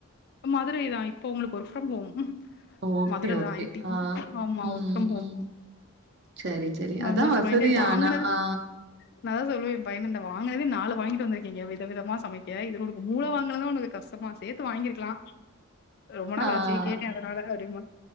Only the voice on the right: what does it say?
ஓகே
ஓகே
ஆ
ம்
ம் சரி சரி
அதா வசதி
ஆனா ஆ
ஆ